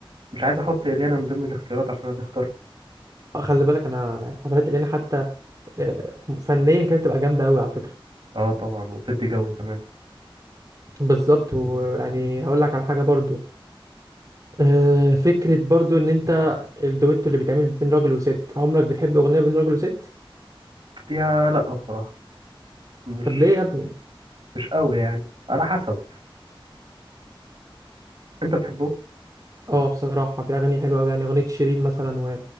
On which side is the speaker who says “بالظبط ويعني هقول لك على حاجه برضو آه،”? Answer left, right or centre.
Right